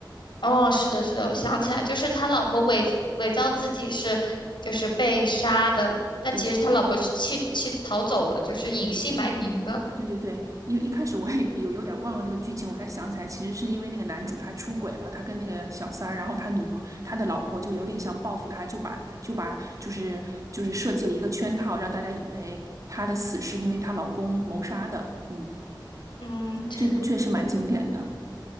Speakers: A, on the left (about 70°); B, on the right (about 45°).
A: 哦，是的，是的，我想起来，就是他老婆伪伪造自己是就是被杀的，但其实他老婆是去去逃走了，
B: 对
A: 就是隐姓埋名的。
B: 对对对，因为一开始我也有有点忘了那个剧情，我才想起来，其实是因为那个男主他出轨了，他跟那个小三儿，然后他女朋他的老婆就有点想报复他，就把他就把就是就是设计了一个圈套，让大家以为他的死是因为她老公谋杀的，嗯。
A: 嗯，这对。
B: 这部确实蛮经典的。